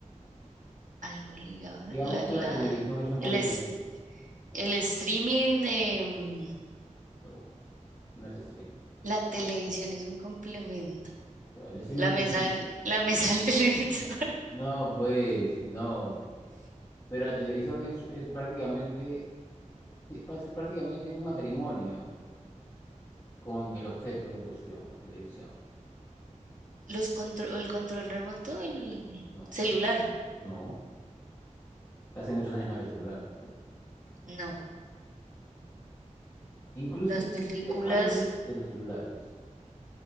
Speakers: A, on the right (about 80°); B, on the left (about 20°).
A: Algo ligado.
B: Digamos
A: La,
B: que
A: la-
B: la televisión es un complemento,
A: el, es- el streaming... em,
B: no, no es streaming.
A: La televisión es un complemento.
B: O sea, el streaming
A: La
B: no
A: mesa
B: existía.
A: del, la mesa del <laughs> televisor.
B: No, pues, no. Pero la televisión es, es prácticamente, ti- pas- prácticamente tiene un matrimonio con el objeto en cuestión, la televisión.
A: Los contro- el control remoto, el
B: No,
A: celular.
B: no. Hace muchos años no había celular.
A: No,
B: Incluso
A: las
B: existe
A: películas
B: antes de los celulares.